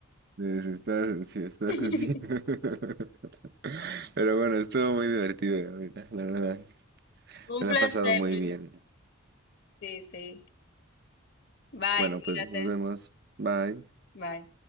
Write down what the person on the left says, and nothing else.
<laughs>
Un
placer,
Luis.
Sí, sí. Bye,
cuídate.
Bye.